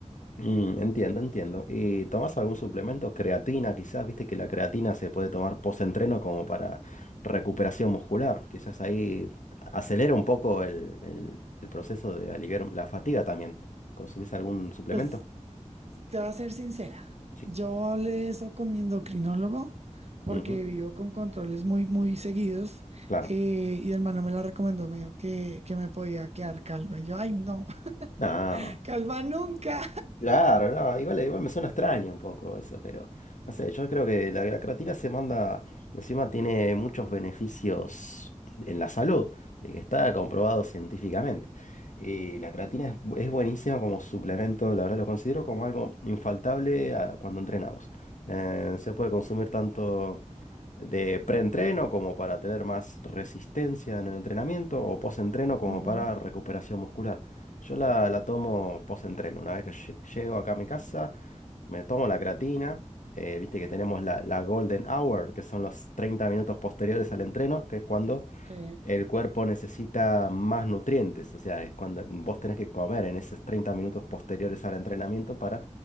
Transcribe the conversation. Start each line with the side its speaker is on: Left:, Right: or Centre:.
Left: Mm, entiendo, entiendo. ¿Y tomas algún suplemento? Creatina, quizás, viste que la creatina se puede tomar post-entreno como para recuperación muscular. Quizás ahí acelera un poco el, el- el proceso de aliviar la fatiga también. ¿Consumís algún suplemento?
Right: Pues Te voy a ser sincera,
Left: Sí.
Right: yo hablé de eso con mi endocrinólogo porque
Left: Ujú,
Right: vivo con controles muy, muy seguidos
Left: Claro.
Right: eh, y el hermano me la recomendó, me dijo que, que me podía quedar calva. Y yo, ay, no,
Left: Ah,
Right: <laughs> calva nunca.
Left: Claro, no, igual, igual me suena extraño un poco eso, pero no sé, yo creo que la, la creatina se manda, encima tiene muchos beneficios en la salud, de que está comprobado científicamente. Y la creatina es, bu- es buenísima como suplemento, la verdad lo considero como algo infaltable a- cuando entrenamos. Eh, se puede consumir tanto de preentreno como para tener más resistencia en el entrenamiento o postentreno como
Right: Ujú,
Left: para recuperación muscular. Yo la, la tomo postentreno. Una vez que lle- llego acá a mi casa, me tomo la creatina. eh, viste que tenemos la, la golden hour, que son los 30 minutos posteriores al entreno, que es cuando
Right: Sí,
Left: el cuerpo necesita más nutrientes, o sea, es cuando vos tenés que comer en esos 30 minutos posteriores al entrenamiento para